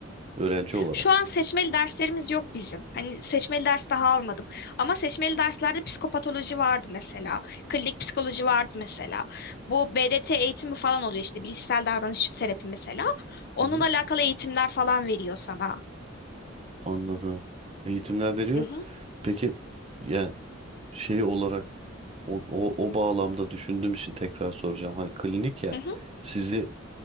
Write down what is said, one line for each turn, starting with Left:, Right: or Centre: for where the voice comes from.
Right: Öğrenci olarak.
Left: Şu an seçmeli derslerimiz yok bizim. Hani seçmeli ders daha almadım. Ama seçmeli derslerde psikopatoloji vardı mesela. Klinik psikoloji vardı mesela. Bu BDT eğitimi falan oluyor işte bilişsel davranış terapi mesela. Onunla
Right: Hı hı,
Left: alakalı eğitimler falan veriyor sana.
Right: anladım. Eğitimler veriyor.
Left: Hı hı,
Right: Peki yani şey olarak o, o, o bağlamda düşündüğüm için tekrar soracağım. Hani klinik ya
Left: hı hı.
Right: sizi